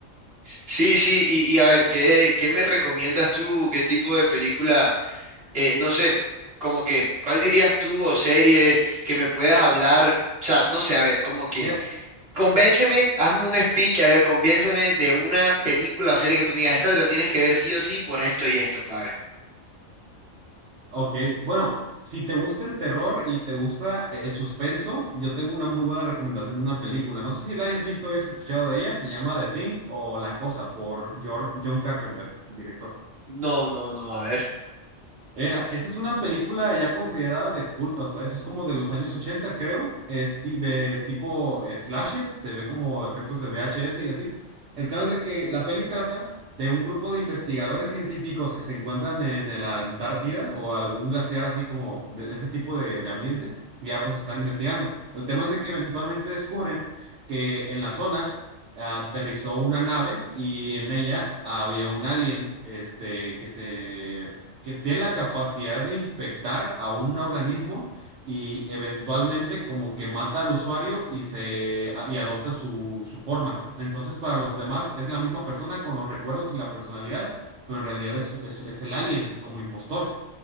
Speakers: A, on the right; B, on the right.
A: Sí, sí, y, y a ver, ¿qué, qué me recomiendas tú? ¿Qué tipo de película? Eh, no sé, como que, ¿cuál dirías tú o serie que me puedas hablar? O sea, no sé, a ver, como que
B: Mira,
A: Convénceme, hazme un speech, a ver, convénceme de una película o serie que tú me digas, esta te la tienes que ver sí o sí por esto y esto, pa' ver.
B: Ok, bueno, si te gusta el terror y te gusta el suspenso, yo tengo una muy buena recomendación de una película. No sé si la hayas visto o hayas escuchado de ella, se llama The Thing o La Cosa por Jor- John Carpenter, el director.
A: No, no, no, a ver.
B: Mira, esta es una película ya considerada de culto hasta eso, es como de los años 80 creo, es ti- de tipo eh, slasher, se ve como efectos de VHS y así. El tema es de que la peli trata de un grupo de investigadores científicos que se encuentran en la Antártida o algún glaciar así como de ese tipo de, de ambiente, y ya pues están investigando. El tema es de que eventualmente descubren que en la zona aterrizó una nave y en ella había un alien, este, que se que tienen la capacidad de infectar a un organismo y eventualmente como que mata al usuario y se ah, y adopta su, su forma. Entonces, para los demás es la misma persona con los recuerdos y la personalidad, pero en realidad es, es, es el alien como impostor.